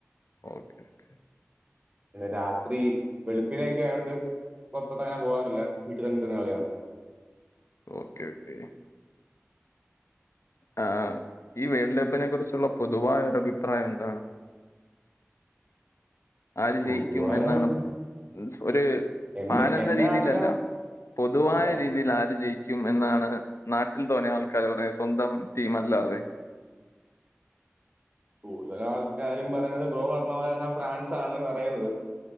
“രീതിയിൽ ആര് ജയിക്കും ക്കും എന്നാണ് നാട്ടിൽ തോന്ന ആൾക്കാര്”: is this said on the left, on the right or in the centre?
Left